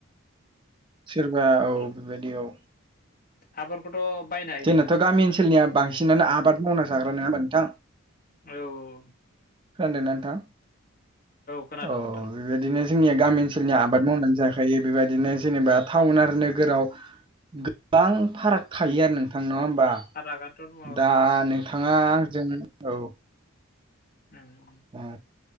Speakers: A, on the right; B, on the left.
A: सोरबा औ
B: हेल'
A: बेबायदि औ
B: हाफोरखौथ' बायनाय
A: जोंनाथ' गामि ओनसोलनिया बांसिनानो आबाद मावना जाग्रा नङामा नोंथां
B: औ
A: होनदोंना नोंथां
B: खोनादों
A: औ
B: नोंथां
A: बेबायदिनो जोंनिया गामि ओनसोलनि आबाद मावनानै जाखायो बेबायदिनो जेनेबा टाउन आरो नोगोराव गोबां फाराग थायो आरो नोंथां नङा होमबा
B: <unintelligible>
A: दा नोंथाङा जों औ
B: उम
A: ओ